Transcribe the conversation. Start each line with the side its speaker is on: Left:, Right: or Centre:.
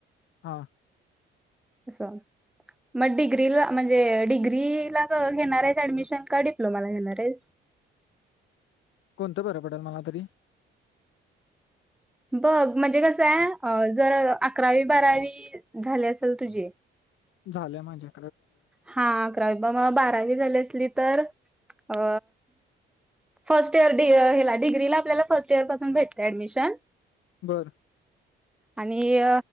Left: हा.
Centre: असं मग डिग्रीला म्हणजे डिग्रीला घेणार आहेस ऍडमिशन का डिप्लोमाला घेणार आहेस? <inaudible>
Left: कोणतं बरं पडल मला तरी?
Centre: बघ म्हणजे कसंय जर अकरावी बारावी झाली असल तुझी
Left: झालं माझ्या
Centre: हा अकरावी ब म बारावी झाली असली तर अ फर्स्ट इयर हेला डिग्रीला आपल्याला फर्स्ट इयर पासून भेटतेय ऍडमिशन.
Left: बरं.
Centre: आणि